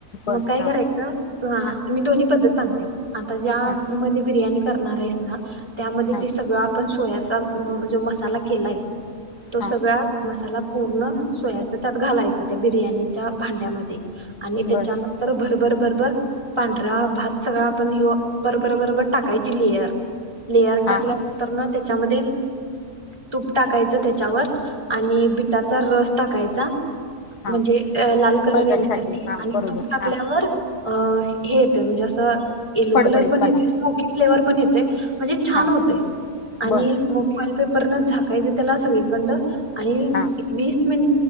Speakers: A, on the left (about 85°); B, on the right (about 15°).
A: बरं
B: मग काय
A: हां
B: करायचं हा मी दोनी पद्धत सांगते. आता ज्या
A: हां
B: मध्ये बिर्याणी करणारयस ना, त्यामध्ये
A: हां
B: ते सगळं आपण सोयात <unintelligible> म्हणजे मसाला केलाय तो सगळा
A: हां
B: मसाला पूर्ण, सोयाच त्यात घालायचा, त्या बिर्याणीच्या भांड्यामध्ये आणि त्याच्यानंतर
A: बरं
B: भ बरं बरं बरं पांढरा भात सगळा आपण ह्यो बरं बरं बरं बरं टाकायची, लेयर लेअर टाकल्यानंतरनं
A: हां हां
B: त्या त्याच्यामध्ये तूप टाकायचं त्याच्यावर आणि बिटाचा रस टाकायचा
A: हां
B: म्हणजे लाल कलर
A: कलरसाठी
B: येण्यासाठी
A: हां
B: आणि
A: बरोबर
B: तूप
A: हां
B: टाकल्यावर अ हे ते म्हणजे असं यलो
A: फडफडीतपणा
B: कलर पण येतोय स्मोकी फ्लेवर पण येतोय. ते म्हणजे छान!
A: हां
B: होतयं, आणि
A: बर
B: <unintelligible> वरण झाकायच त्याला सगळीकंड आणि
A: हां
B: एक, वीस मिन